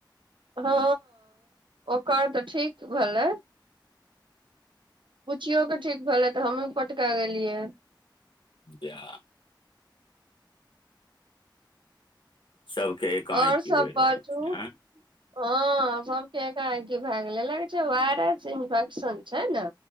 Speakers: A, on the right; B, on the left.
A: हँ ओकर तऽ ठीक भेलै। पुछियोकेऽ ठीक भेलै तऽ हमहूँ पटका गेलियै।
B: जा सबके एकाएकी
A: आओर सब
B: होइ
A: बाजू
B: रहल छै आँय
A: हँ सब एकाएक भए गेलै लगै छैय वायरस छैय इन्फेक्शन छैय ने